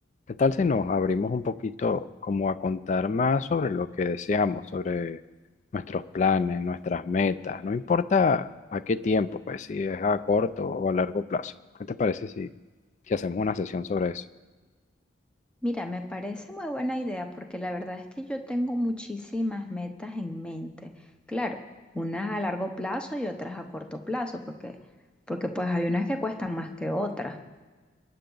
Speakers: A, on the left (about 40°); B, in the centre.
A: ¿Qué tal si nos abrimos un poquito como a contar más sobre lo que deseamos, sobre nuestros planes, nuestras metas? No importa a qué tiempo, pues si es a corto o a largo plazo. ¿Qué te parece si, si hacemos una sesión sobre eso?
B: Mira, me parece muy buena idea porque la verdad es que yo tengo muchísimas metas en mente. Claro, unas a largo plazo y otras a corto plazo, porque, porque pues hay unas que cuestan más que otras.